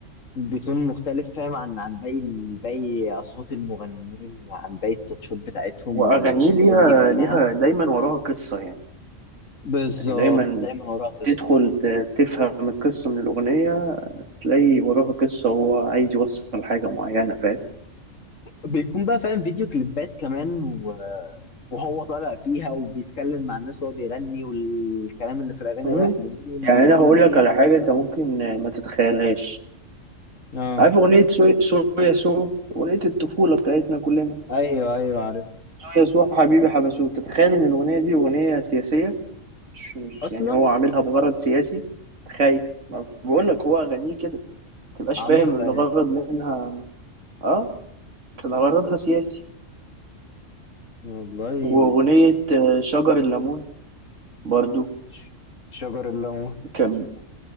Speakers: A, on the left (about 75°); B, on the right (about 70°).
A: بتون مختلف فاهم عن عن باقي ال- باقي أصوات المغنيين وعن باقي التاتشات بتاعتهم
B: وأغانيه
A: وال- والحاجات
B: ليها
A: دي كلها
B: ليها دايما وراها قصة يعني
A: بالظبط
B: يعني دايما
A: دايما وراها قصة
B: تدخل ت- تفهم القصة من الأغنية تلاقي وراها قصة وهو عايز يوصل حاجة معينة فاهم
A: بيكون بقى فاهم فيديو كليبات كمان و... وهو طالع فيها وبيتكلم مع الناس وهو بيغني والكلام اللي في الأغاني
B: مم.
A: رايح لمين
B: يعني
A: ومين
B: أنا هقول
A: فين
B: لك على
A: والكلام
B: حاجة أنت ممكن
A: ده
B: ما تتخيلهاش
A: اه
B: عارف أغنية سو سو يا سو أغنية الطفولة بتاعتنا كلنا
A: ايوه ايوه عارف
B: سو يا سو حبيبي حبسوه تتخيل إن الأغنية دي أغنية سياسية مش مش
A: اصلا
B: يعني هو عاملها بغرض سياسي تخيل ما بقول لك هو أغانيه كده متبقاش
A: عميقة
B: فاهم الغرض
A: يعني.
B: منها اه كان غرضها سياسي
A: والله
B: وأغنية آه، شجر الليمون برضو
A: ش- شجر الليمون
B: كان